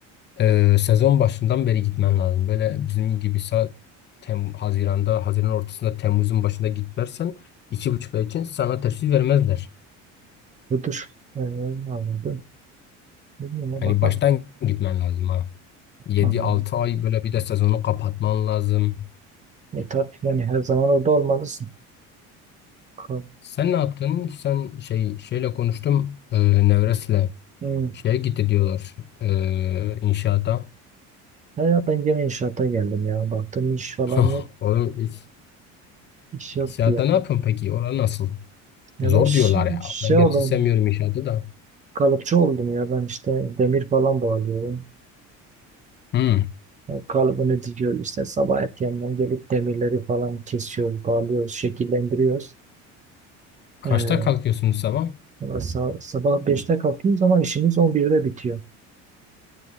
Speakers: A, on the left; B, on the right.
A: Ee, sezon başından beri gitmen lazım. Böyle bizim gibi sa- Tem Haziran'da, Haziran ortasında, Temmuz'un başında gitmezsen iki buçuk ay için sana teşvik vermezler.
B: Müdür. Ee, anladım. Bilmiyorum ya,
A: Yani
B: bakalım.
A: baştan gitmen lazım ha. Yedi
B: Anladım.
A: altı ay böyle bir de sezonu kapatman lazım.
B: E tabii yani her zaman orada olmalısın. Bakalım.
A: Sen ne yaptın? Sen şey şeyle konuştum. E, Nevres'le
B: Hmm.
A: şeye gitti diyorlar. E, inşaata.
B: Ya ben gene inşaata geldim ya. Baktım iş falan
A: <laughs>
B: yok.
A: Oğlum, iş-
B: İş yoktu
A: inşaatta
B: ya.
A: ne yapıyorsun peki? Orası nasıl?
B: Ya
A: Zor
B: ben ş-
A: diyorlar ya.
B: şey
A: Ben gerçi
B: oldum,
A: sevmiyorum inşaatı da.
B: kalıpçı oldum ya ben işte demir falan bağlıyorum.
A: Hmm.
B: E, Kalıbını dikiyor işte sabah erkenden gelip demirleri falan kesiyoruz, bağlıyoruz, şekillendiriyoruz.
A: Kaçta
B: E,
A: kalkıyorsunuz sabah?
B: valla sa- sabah beşte kalkıyoruz ama işimiz on birde bitiyor.